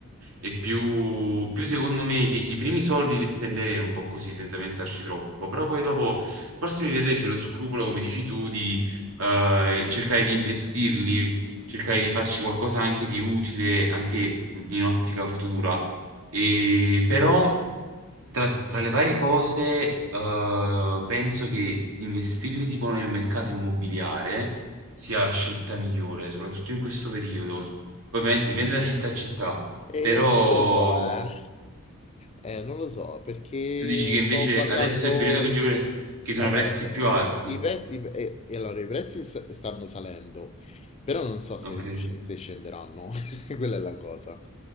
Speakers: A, on the right; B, on the left.
A: E più, più secondo me che i primi soldi li spenderei un po' così, senza pensarci troppo, però poi dopo forse mi verrebbe lo scrupolo, come dici tu, di eh, cercare di investirli, cercare di farci qualcosa anche di utile, anche in in ottica futura. E però tra tra le varie cose, uhm, penso che investirli tipo nel mercato immobiliare sia la scelta migliore, soprattutto in questo periodo. Poi ovviamente dipende da città a città, però
B: E non lo so, eh. Eh, non lo so, perché
A: tu dici che invece
B: stavo guardando...
A: adesso è il periodo peggiore, che sono
B: Eh,
A: prezzi più alti.
B: i prezzi... eh, e allora, i prezzi s- stanno salendo, però non so se,
A: Okay.
B: se scenderanno. <laughs> Quella è la cosa.